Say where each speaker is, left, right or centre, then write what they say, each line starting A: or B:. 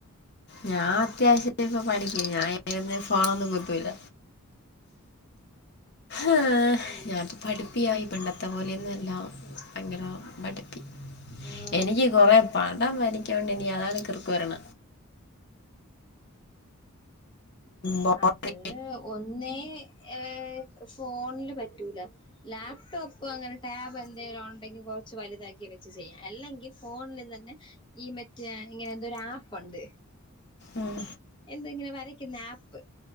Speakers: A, on the left (about 50°); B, on the left (about 20°).
A: ഞാൻ അത്യാവശ്യം ഇപ്പോ പഠിക്കും ഞാനോന്നും ഫോണൊന്നും കുതൂല ആ
B: ഉം
A: ഞാനിപ്പോ പഠിപ്പിയായി പണ്ടത്തെ പോലെന്നും അല്ലാ ഭയങ്കര പഠിപ്പി
B: ആഹ്
A: എനിക്ക് കൊറേ പടം വരക്കാനിണ്ട് അതാണ് കിറുക്ക് വരണ ബോർഡ്
B: അത് ഒ ന്നെ ഏ ഫോണില് പ ഇല്ല ലാപ്ടോപ്പ് അങ്ങനെ ടാബ് എന്തെലും ഉണ്ടെങ്കിൽ കൊറച്ച് വലുതാക്കി വെച്ച് ചെയ്യാം അല്ലെങ്കിൽ ഫോണിൽ തന്നെ ഈ മറ്റേ ഇങ്ങനെ എന്തൊരു ആപ്പ് ഉണ്ട്.
A: ഉം
B: എന്തങ്ങനെ വരക്ന്ന ആപ്പ്